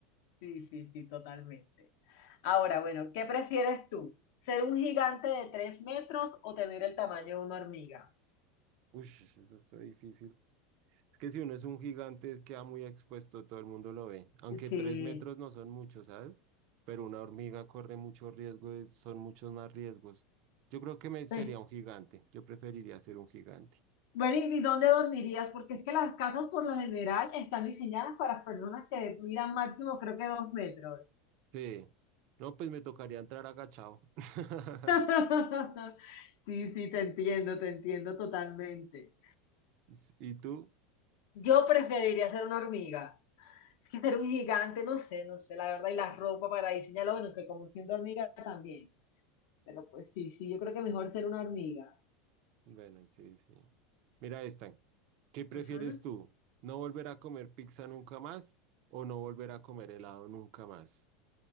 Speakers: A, on the left (about 65°); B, on the right (about 55°).
A: Sí, sí, sí, totalmente. Ahora, bueno, ¿qué prefieres tú? ¿Ser un gigante de tres metros o tener el tamaño de una hormiga?
B: Uy, eso está difícil. Es que si uno es un gigante, queda muy expuesto, todo el mundo lo ve. Aunque
A: Sí.
B: tres metros no son muchos, ¿sabes? Pero una hormiga corre mucho riesgo, es- son muchos más riesgos. Yo creo que me sería
A: sí.
B: un gigante. Yo preferiría ser un gigante.
A: Bueno, ¿y dónde dormirías? Porque es que las casas por lo general están diseñadas para personas que midan máximo creo que dos metros.
B: Sí. No, pues me tocaría entrar agachado. <laughs>
A: <laughs> Sí, sí, te entiendo, te entiendo totalmente.
B: S- ¿Y tú?
A: Yo preferiría ser una hormiga. Es que ser un gigante, no sé, no sé, la verdad, y la ropa para diseñarlo, bueno, que como siendo hormiga también. Pero pues sí, sí, yo creo que mejor ser una hormiga.
B: Bueno, y sí, sí. Mira esta. ¿Qué prefieres
A: Ujú.
B: tú? ¿No volver a comer pizza nunca más o no volver a comer helado nunca más?